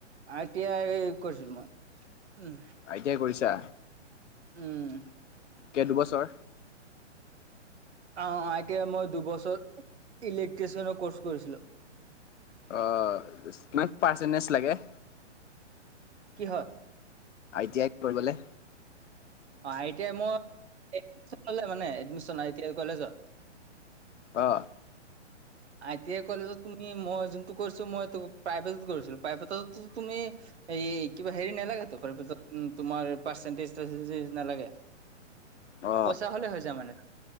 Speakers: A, on the right; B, on the left.
A: আই টি আই কৰিছিলোঁ মই।
B: আই টি আই কৰিছা?
A: উম।
B: কেই দুবছৰ।
A: অ আইতিআই মই দুবছৰ ইলেক্ট্ৰিচিয়ানৰ ক'ৰ্চ কৰিছিলো।
B: অ কিমান পাৰ্চেণ্টেজ লাগে।
A: কিহৰ।
B: আই টি আইত পঢ়িবলৈ।
A: অ আই টি আই মই এক মানে এডমিন আই টি আই কলেজত।
B: অ।
A: আই টি আই কলেজত তুমি মই জুনটো কৰিছো মই প্ৰাইভেটত কৰিছিলো প্ৰাইভেটতো তুমি। এই এই কিবা হেৰি নেলাগতো প্ৰাইভেদত তোমাৰ পাৰ্চেন্টেজ তাৰপেনতেজ নালাগে।
B: অঁ।
A: দুটা হ'লে হৈ যায় মানে।